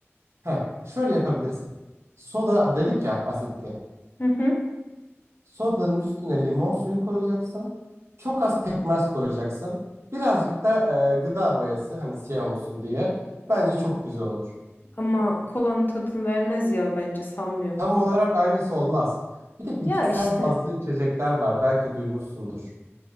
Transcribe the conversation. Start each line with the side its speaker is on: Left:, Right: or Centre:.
Right: Heh, şöyle yapabilirsin. Soda dedik ya asitli.
Left: Hı hı.
Right: Sodanın üstüne limon suyu koyacaksın. Çok az pekmez koyacaksın. Birazcık da e, gıda boyası hani siyah olsun diye. Bence çok güzel olur.
Left: Ama kolanın tadını vermez ya bence sanmıyorum.
Right: Tam olarak aynısı olmaz. Bir de bitkisel
Left: Ya işte.
Right: bazlı içecekler var. Belki duymuşsundur.